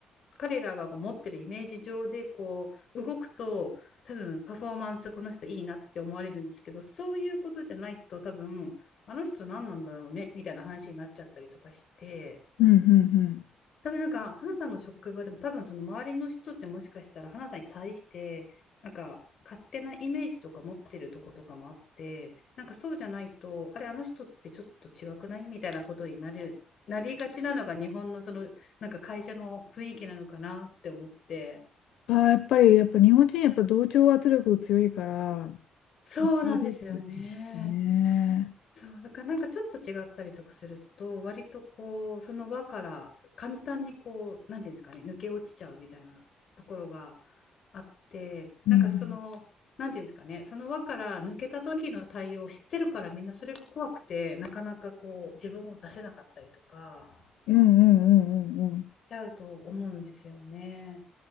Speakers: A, on the left; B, on the left.
A: 彼らが持ってるイメージ上でこう、動くと、多分パフォーマンスこの人いいなって思われるんですけど、そういうことじゃないと多分、あの人何なんだろうねみたいな話になっちゃったりとかして、
B: うんうんうん。
A: 多分なんか、花さんの職場でも、多分その周りの人ってもしかしたら、花さんに対して、なんか、勝手なイメージとか持ってるとことかもあって、なんかそうじゃないと、あれ、あの人ってちょっと違くないみたいなことになる、なりがちなのが日本のその、なんか会社の雰囲気なのかなって思って。
B: ああ、やっぱり、やっぱ日本人、やっぱ同調圧力強いから、
A: そうなんですよね。
B: そこですよね、きっとね。
A: そうだからなんかちょっと違ったりとかすると割とこうその輪から簡単にこうなんていうんですかね抜け落ちちゃうみたいなところがあってなんかそのなんていうんですかねその輪から抜けた時の対応を知ってるからみんなそれが怖くてなかなかこう自分を出せなかったりとか
B: うん。うんうんうんうんうん。
A: しちゃうと思うんですよね。